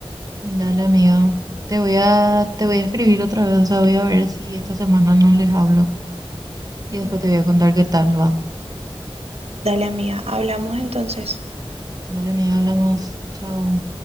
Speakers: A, on the right; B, on the right.
A: Dale, amiga. Te voy a, te voy a escribir otra vez, o sea, voy a ver si esta semana no les hablo y
B: Ujú.
A: después te voy a contar qué tal va.
B: Dale, amiga. Hablamos entonces.
A: Dale, amiga, hablamos. Chao.